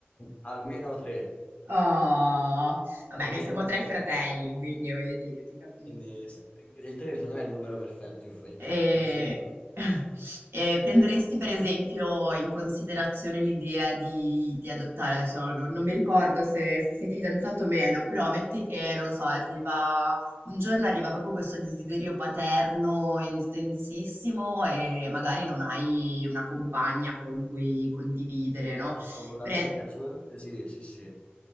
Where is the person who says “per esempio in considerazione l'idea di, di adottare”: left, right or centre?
Right